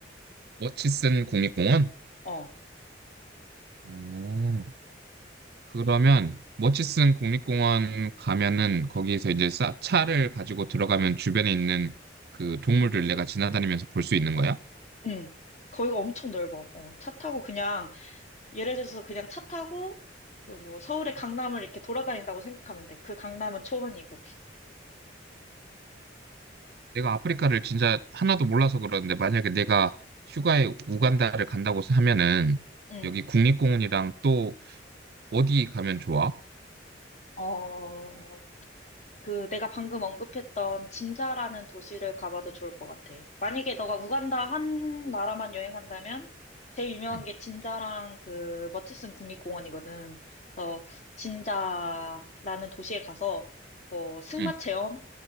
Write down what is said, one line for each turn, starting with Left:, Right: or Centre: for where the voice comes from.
Right: 머치슨 국립공원?
Left: 어,
Right: 어, 그러면 머치슨 국립공원 가면은 거기서 이제 사- 차를 가지고 들어가면 주변에 있는 그 동물들 내가 지나다니면서 볼 수 있는 거야?
Left: 응. 거기가 엄청 넓어. 어, 차 타고 그냥 예를 들어서 그냥 차 타고 그 뭐 서울의 강남을 이렇게 돌아다닌다고 생각하면 돼. 그 강남은 초원이고.
Right: 내가 아프리카를 진짜 하나도 몰라서 그러는데 만약에 내가 휴가에
Left: 응.
Right: 우간다를 간다고 하면은
Left: 응.
Right: 여기 국립공원이랑 또 어디 가면 좋아?
Left: 어, 그 내가 방금 언급했던 진자라는 도시를 가봐도 좋을 것 같아. 만약에 너가 우간다 한 나라만 여행한다면 제일 유명한
Right: 응,
Left: 게 진자랑 그 머치슨 국립공원이거든. 그래서 진자라는 도시에 가서 뭐 승마
Right: 응,
Left: 체험